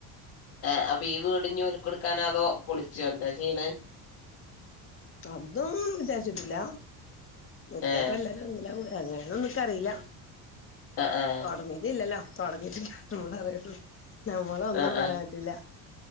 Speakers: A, on the left; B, on the left.
A: ആഹ് അപ്പൊ ഈ വീടി ഞ് ഓൽക്ക് കൊടുക്കാനാതോ പൊളിച്ചോ എന്താ ചെയ്യണ്
B: അതൊ വിചാരിച്ചിട്ടില്ല നോക്കപ്പ
A: ഏഹ്
B: എല്ലാരും അങ്ങനെയന്ന നമക്കറിയില്ല
A: ആഹ് ആഹ്
B: തുടങ്ങീട്ട ഇല്ലല്ലോ തുടങ്ങീട്ടില്ല നമ്മളറിയ നമ്മളൊന്നും
A: ആഹ് ആഹ്
B: പറയാൻ പറ്റില്ല